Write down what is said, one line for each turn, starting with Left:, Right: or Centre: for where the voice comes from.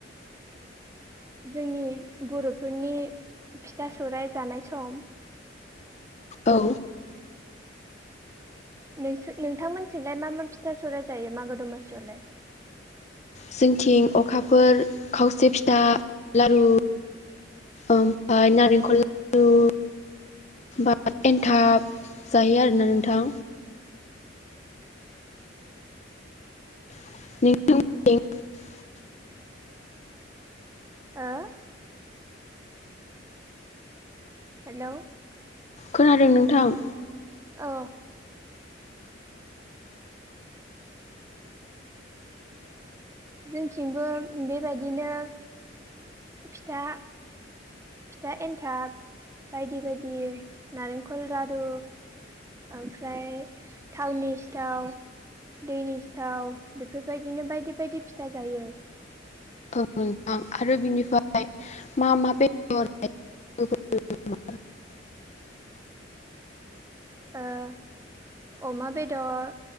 Right: जोंनि बरफोरनि फिथा सौराइ जानाय सम
Left: औ
Right: नोंसो नोंथांमोनथिंलाय मा मा फिथा सौराय जायो मागो दमासियावलाय
Left: जोंथिं अखाफोर खावसे फिथा लारु ओमफाय नारेंखल लारु बा एनथाब जायो आरोना नोंथां <unintelligible>
Right: हो हेलौ
Left: खोनादों नोंथां
Right: औ जोंथिंबो बेबायदिनो फिथा फिथा एन्थाब बायदि बायदि नारेंखल लारु ओमफ्राय टावनि सिटाव दैनि सिथाव बेफोरबायदिनो बायदि बायदि फिथा जायो
Left: औ नोंथां आरो बिनिफाय मा मा बेदर <unintelligible>
Right: ओ अमा बेदर